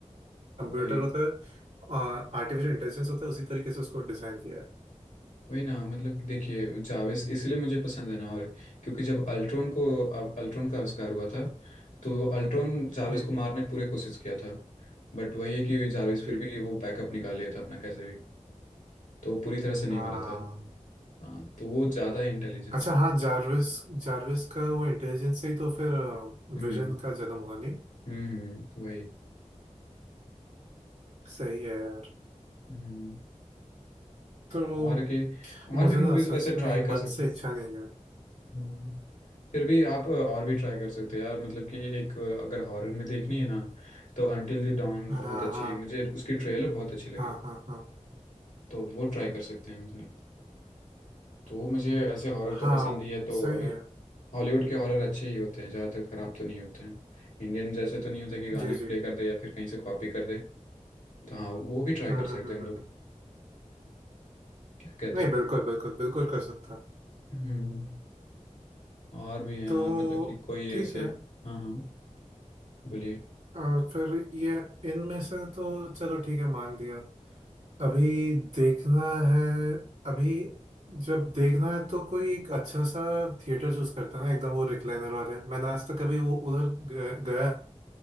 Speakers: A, on the right; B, on the left.
A: कंप्यूटर
B: वही
A: होता है आर्टिफिशियल इंटेलिजेंस होता है उसी तरीके से उसको डिजाइन किया है
B: वही ना मतलब देखिए जावेस इसलिए मुझे पसंद है ना और क्योंकि जब अल्ट्रॉन को अब अल्ट्रॉन का आविष्कार हुआ था तो वो अल्ट्रॉन जावेस
A: जी
B: को मारने पूरे कोशिश किया था बट वही है कि जावेस फिर
A: जी
B: भी वो बैकअप निकाल लिया था अपना कैसे भी तो वो पूरी तरह से नहीं
A: हाँ
B: मरा था हाँ तो वो ज़्यादा है इंटेलिजेंस
A: अच्छा हाँ जार्विस जार्विस का वो इंटेलिजेंस से ही तो फिर
B: हम्म
A: विजन का जन्म हुआ नहीं
B: हम्म हम्म, वही
A: सही है यार।
B: हम्म
A: तो
B: और के
A: मुझे
B: और भी मूवीज
A: ना सच
B: वैसे
A: में
B: ट्राई कर
A: मन
B: सकते
A: से इच्छा नहीं है
B: हम्म। फिर भी आप और भी ट्राई कर सकते हो यार मतलब कि एक अगर हॉरर में देखनी है ना तो अंटिल द डॉन
A: हाँ
B: बहुत अच्छी
A: हाँ
B: मुझे उसकी ट्रेलर बहुत अच्छी लगी
A: हाँ हाँ हाँ
B: तो वो ट्राई कर सकते हैं हम सर तो मुझे ऐसे हॉरर
A: हाँ
B: तो पसंद ही है तो
A: सही
B: अगर
A: है
B: हॉलीवुड के हॉरर अच्छे ही होते हैं ज़्यादातर खराब तो नहीं होते हैं इंडियन जैसे तो नहीं होते कि गाने
A: जी जी
B: प्ले कर दे या फिर कहीं से कॉपी कर दे तो हाँ वो भी ट्राई
A: हम्म
B: कर
A: हम्म
B: सकते
A: हम्म
B: हैं हम
A: हम्म,
B: लोग
A: हम्म।
B: क्या कहते
A: नहीं
B: हैं
A: बिल्कुल बिल्कुल बिल्कुल कर सकता हूँ।
B: हम्म और भी हैं
A: तो
B: यार मतलब कि कोई
A: ठीक
B: ऐसे
A: है
B: हाँ हाँ बोलिए
A: अ, फिर ये इनमें से तो चलो ठीक है मान दिया अभी देखना है अभी जब देखना है तो कोई एक अच्छा सा थिएटर चूज करता है ना एकदम वो रिक्लाइनर वाले मैंने आज तक कभी वो उधर ग- गया